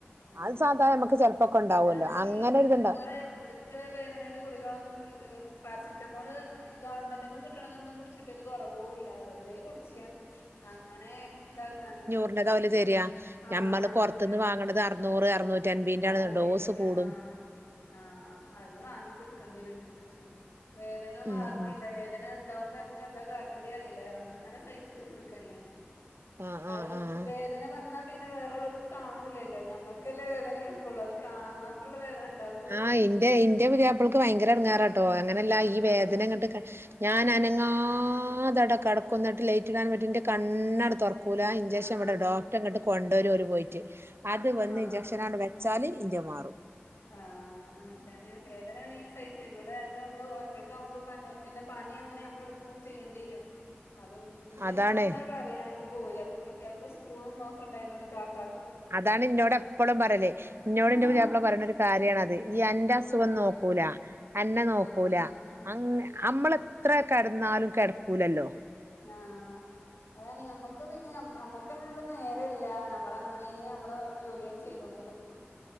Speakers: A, on the left; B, on the right.
A: ആഹ്
B: അത് സാധാരണ നമുക്ക് ചെിലപ്പോക്കെ ഉണ്ടാവുമല്ലോ
A: ഇതാണെങ്കി
B: അങ്ങനെ ഒരു ഇത് ഉണ്ടാ
A: നമ്മളെ എവിടുത്തെ വേദനന്റെ ഗുളികളൊന്നും പാരസിറ്റമോൾ ഗവൺമെന്റ്ന്ന് കിട്ടണൊന്നും കുടിച്ചിട്ടൊരു കുറവവും ഇല്ല വെറുതെ കുടിച്ചിയാ അങ്ങനെ ഇതാക്കാണ്
B: എന്നതാ തരാ
A: ആഹ്
B: ഞമ്മള്
A: അഞ്ഞൂറിന്റെണ്
B: പൊറത്ത്ന്ന് വാങ്ങ്ണത് അറ്നൂറ് അർന്നൂറ്റി അൻപീന്റാണ്
A: അറുന്നൂറ്റി
B: ഡോസ്
A: അമ്പത്
B: കൂടും
A: ആഹ് ആഹ് അത് വാങ്ങി കുടിക്കേണ്ടി വരും ഇഞ്ഞ്പ്പം ച്ചും വേദന മാറ്ണില്ല
B: ഉം ഉം
A: വേദന ഇണ്ടാവുമ്പോ നമുക്ക് എന്താ കാട്ടേണ്ടി അറീല്ല അങ്ങനെ സഹിച്ച് കുത്തിർക്കല്ലേ
B: ആഹ്
A: അത്
B: ആഹ് ആഹ്
A: വേദന വന്നാ പിന്നെ വേറെള്ളോർക്ക് കാണൂല്ലല്ലോ ഞമ്മക്കല്ലേ വേദന എടുക്കുള്ളൂ അത് കാണാൻ മാ ത്രള്ള വേദന ഇണ്ടാവും
B: ആഹ് ഇൻ്റെ ഇന്റെ പുതിയാപ്പൾക്ക് ഭയങ്കര എടങ്ങാറാട്ടോ അങ്ങനെയല്ല
A: ആഹ്
B: ഈ വേദന ഇങ്ങട്ട് ക ഞാൻ അനങ്ങാതട
A: ആഹ്
B: കട്ക്കും ന്ന്ട്ട് ലൈറ്റ് ഇടാൻ പറ്റു കണ്ണട് തൊറ ക്കൂല ഇഞ്ചെക്ഷൻ
A: ആഹ്
B: ഇവിടെ ഡോക്ടറെങ്ങട്ട് കൊണ്ടോരു ഓല് പോയിട്ട് അത്
A: ആഹാ
B: വന്ന് ഇഞ്ചക്ഷ ഇഞ്ചക്ഷനാണ്ട് വെച്ചാല് ഇൻ്റെ മാറും
A: ആഹ് അങ്ങനെ തന്നെ വേദനയാണെങ്കി സഹിച്ചേ ഇവിടെ അല്ല നമ്മള് ഒറ്റക്കാവുമ്പോ പിന്നെ പണി അങ്ങനെ നമ്മളെട് ക്കും ചെയ്യെണ്ടി വരും അപ്പം ഇന്റെ
B: അതാണേ
A: ഇമ്മ അങ്ങനെ പറയും ഞാ ഏട്ടും പോവൂല അപ്പൊ കുട്ട്യേൾക്ക് സ്കൂളും ഒക്കെണ്ടായതോണ്ട് കാക്കാ
B: അതാണ് ഇന്നോട് എപ്പളു പറയല് ഇന്നോട്
A: ആഹ്
B: ഇന്റെ പുതിയാപ്പള പറിണ ഒര് കാര്യാണത് ഇയ്യ് അന്റെ അസുഖം
A: ആഹ്
B: നോക്കൂല എന്നെ നോക്കൂല
A: ആഹ്
B: അങ്
A: അതാണ്
B: നമ്മള് എത്ര കെടന്നാലും കെടക്കൂലല്ലോ
A: ആഹ് അതാണ് ഞമ്മക്ക് പിന്നെ ഞമ്മക്ക് അതിന്ള്ള നേരല്ല അമ്മള് അങ്ങനെ അമ്മളെ ജോലികൾ ചെയ്തോണ്ട് നി ക്കും